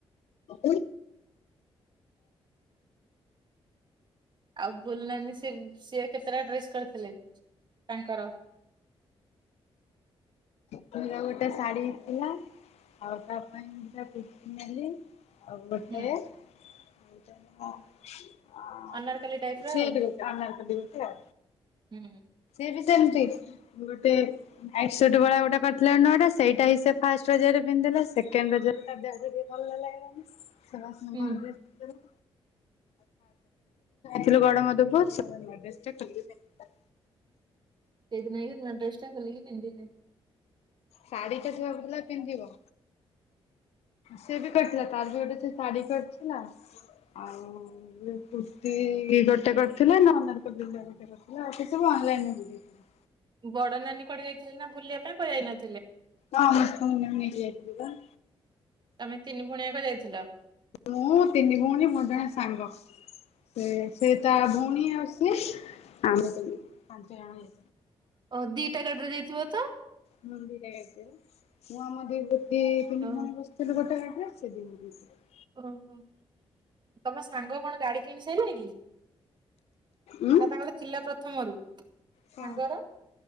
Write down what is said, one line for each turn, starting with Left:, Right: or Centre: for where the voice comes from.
Left: ଉ
Right: ଆଉ ବୁଲ ନାହାନ୍ତି ସେ ସିଏ କେତେଟା ଡ୍ରେସ୍ କରିଥିଲେ? ତାଙ୍କର।
Left: ତାପରେ ଆଉ ଗୋଟେ ଶାଢୀ ଥିଲା, ଆଉ ତା ପାଇଁ ଦି ଟା କୁର୍ତି ନେଲି। ଆଉ ଗୋଟେ
Right: ହୁଁ
Left: <unintelligible>
Right: ଅନାରକଲି ଟାଇପ ର ଆଉ
Left: ଦେଇ ପୁଅ।
Right: ହୁଁ।
Left: ସେମିତି ଗୋଟେ ଆଠ ଶହ ଟଙ୍କା ଗୋଟେ <unintelligible> ନଅ ଟା ସେଇଟା ହିଁ ସେ ଫାଷ୍ଟ ରଜରେ ପିନ୍ଧିଦେଲା, ସେକେଣ୍ଡ ରଜରେ ତା ଦେହ ବି ଭଲ ଲାଗିଲାନି।
Right: ହୁଁ
Left: <unintelligible> ଥିଲୁ ଗଡ ମଧୁପୁର <unintelligible>
Right: ସେଇଦିନ ଯାଇକି ନୂଆ ଡ୍ରେସ୍ ଟା ଖୋଲିକି ପିନ୍ଧିଲି।
Left: ଶାଢୀଟା <unintelligible> ପିନ୍ଧିବ। ସିଏ ବି କରିଥିଲା ତାର ବି ଗୋଟେ ସେ ଶାଢୀ କରିଚି ନା। ଆଉ କୁର୍ତ୍ତି ଗୋଟେ କରିଥିଲେ ନା ଅନାରକଲି ଗୋଟେ କରିଥିଲେ ଆଉ କେ <unintelligible>
Right: ବଡ ନାନୀ କୁଆଡ଼େ ଯାଇଥିଲେ ନା ବୁଲିଆ ପାଇଁ ପ ଯାଇନ
Left: ହଁ ମୁଁ ନେଇକି ଯାଇଥିଲି ବା।
Right: ତମେ ତିନି ଭଉଣୀଆକ ଯାଇଥିଲ?
Left: ମୁଁ ତିନି ଭଉଣୀ ମୋର ଜଣେ ସାଙ୍ଗ। ସେ ସେ ତା ଭଉଣୀ ଆଉ ସେ ଆମେ ପାଞ୍ଚ ଜଣ।
Right: ଓ ଦିଇଟା ଗାଡିରେ ଯାଇଥିବ ତ?
Left: ହଁ ଦି ଟା ଗାଡ଼ିରେ ବା ତିନି
Right: ଓ
Left: ଜଣ ବସିଥିଲୁ ଗୋଟେ ଗା ରେ ସେ ଦି ଜଣ ବସିଲେ।
Right: ଓ ହୋ ତମ ସାଙ୍ଗ କଣ ଗାଡି କିଣି ସାଇଲାଣି କି?
Left: ଉଁ
Right: ନା ତାଙ୍କର ଥିଲା ପ୍ରଥମରୁ।
Left: କଣ
Right: ସାଙ୍ଗର